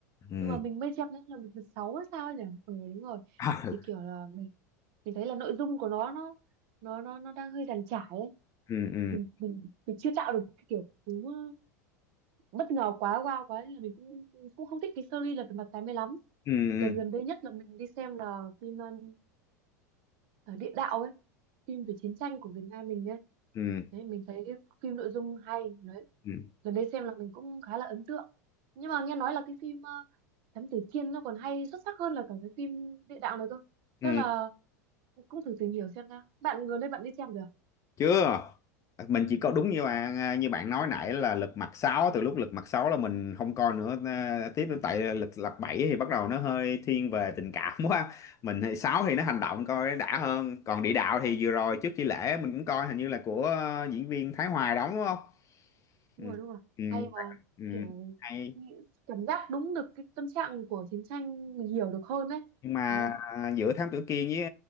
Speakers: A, on the left (about 35°); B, on the right (about 55°).
A: Ừ.
B: nhưng mà mình mới xem đến là được sáu hay sao ấy nhỉ ừ đúng rồi
A: <laughs>
B: thì kiểu là mình mình thấy là nội dung của nó nó nó nó nó đang hơi dàn trải ấy
A: Ừ ừ.
B: mình mình mình chưa tạo được cái kiểu cú bất ngờ quá wow quá nên là mình cũng cũng không thích cái series lật mặt tám mươi lắm
A: Ừ
B: lần
A: ừ.
B: gần đây nhất là mình đi xem là phim um, ờ, địa đạo ấy phim về chiến tranh của Việt Nam mình ấy
A: Ừ ừ.
B: đấy mình thấy cái phim nội dung hay đấy
A: ừ
B: lần đấy xem là mình cũng khá là ấn tượng nhưng mà nghe nói là cái phim ờ, Thám Tử Kiên nó còn hay xuất sắc hơn là cả cái phim địa đạo này cơ
A: ừ.
B: chắc là cũng thử tìm hiểu xem nào bạn gần đây bạn đi xem được
A: chưa mình chỉ có đúng như bạn à, như bạn nói nãy là lật mặt sáu từ lúc lật mặt sáu là mình không coi nữa à, tiếp đến tại lật lật bảy thì bắt đầu nó hơi thiên về tình cảm <laughs> quá mình thì 6 thì nó hành động coi nó đã hơn còn địa đạo thì vừa rồi trước khi lễ mình cũng coi hình như là của ờ, diễn viên Thái Hoài đóng đúng không
B: đúng
A: ừ.
B: rồi đúng rồi
A: Ừ.
B: hay mà
A: Ừ.
B: kiểu
A: hay
B: nghĩ- cảm giác đúng được cái tâm trạng của chiến tranh mình hiểu được hơn đấy
A: nhưng mà
B: đấy
A: à, giữa thám tử Kiên với